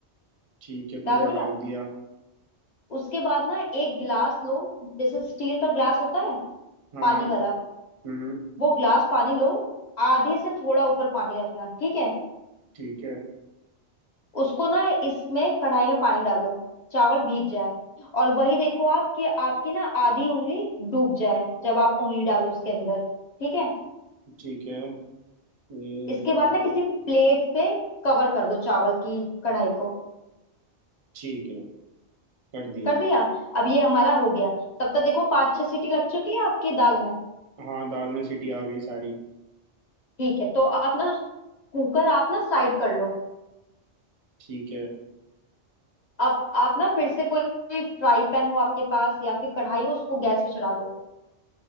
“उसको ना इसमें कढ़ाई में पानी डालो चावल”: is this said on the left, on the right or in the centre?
Left